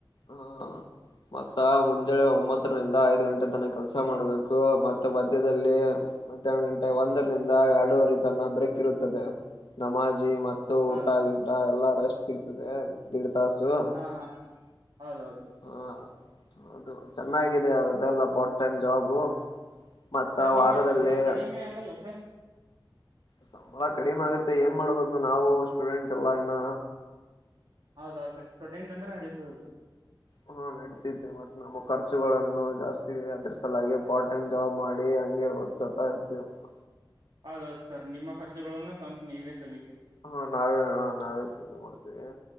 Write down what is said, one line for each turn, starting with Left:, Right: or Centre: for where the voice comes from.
Left: ಹಾ ಮತ್ತ ಮುಂಜಾನೆ ಒಂಬತ್ತರಿಂದ ಐದ್ ಗಂಟೆ ತನ ಕೆಲ್ಸ ಮಾಡ್ಬೇಕು ಮತ್ತೆ ಮಧ್ಯ್ಯದಲ್ಲಿ ಮತ್ತ್ಯಾ ಗಂಟೆ ಒಂದರಿಂದ ಎರಡೂುವರಿ ತನ್ನ ಬ್ರಕ್ ಇರುತ್ತದೆ ನಮಾಜಿ ಮತ್ತ ತ್ತು
Right: ಹಾ
Left: ಊಟ ಗೀಟ ಎಲ್ಲಾ ರೆಸ್ಟ್ ಸಿಗ್ತದೆ ದೀಡ್ ತಾಸು.
Right: ಹಾ ಹಾ ಹೌದೌದು.
Left: ಹಾ ಹೌದು ಚೆನ್ನಾಗಿದೆ ಅದೆಲ್ಲ ಪಾರ್ಟ್ ಟೈಮ್ ಜಾಬು. ಮತ್ತ
Right: ಸರ್ ನಿಮ್ಗೆ
Left: ವಾರದಲ್ಲಿ
Right: ಸಂಬಳ ಕಡಿಮೆ ಆಗಲ್ಲ ಸರ್
Left: ಸಂಬಳ ಕಡಿಮೆ ಆಗತ್ತೆ ಏನ್ ಮಾಡ್ಬೇಕು ನಾವು ಸ್ಟೂಡೆಂಟ್ ಎಲ್ಲ ಇನ್ನ.
Right: ಹೌದೌದು ಸರ್ ಸ್ಟೂಡೆಂಟ್ ಅಂದ್ರ ನಡೀತದ.
Left: ಹ್ಮ ನಡಿತೀತೆ ಮತ್ತ್ ನಮ್ಮ ಖರ್ಚುಗಳನ್ನು ಜಾಸ್ತಿ ಇವೆ ಅದರ್ಸಲಾಗಿ ಪಾರ್ಟ್ ಟೈಮ್ ಜಾಬ್ ಮಾಡಿ ಹಂಗೆ ಓದ್ಕೊತಾ ಇರ್ತೀವಪ್ಪ.
Right: ಹೌದೌದು ಸರ್ ನಿಮ್ಮ ಖರ್ಚಗಳಲ್ಲ ಸ್ವ ನೀವೇ ತಗ
Left: ಹಾ ನಾವೇ ಹ ನಾವೇ ಮಾಡ್ತೇವಿ.